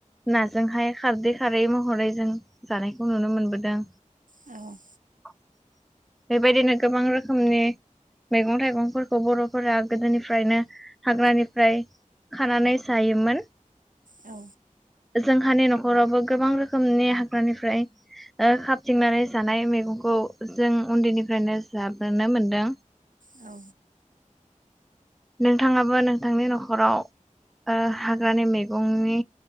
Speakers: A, in the centre; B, on the right (about 80°).
A: नाजोंहाय खारदै खारै महरै जों जानायखौ नुनो मोनबोदों।
B: औ।
A: <inaudible> बेबायदिनो गोबां रोखोमनि मैगं थाइगंफोरखौ बर'फोरा गोदोनिफ्रायनो हाग्रानिफ्राय खानानै जायोमोन।
B: औ।
A: जोंहानि न'खरावबो गोबां रोखोमनि हाग्रानिफ्राय ओ खाबथिंनानै जानाय मैगंखौ जों उन्दैनिफ्रायनो जाबोनो मोनदों।
B: औ
A: नोंथाङाबो नोंथांनि न'खराव ओ हाग्रानि मैगंनि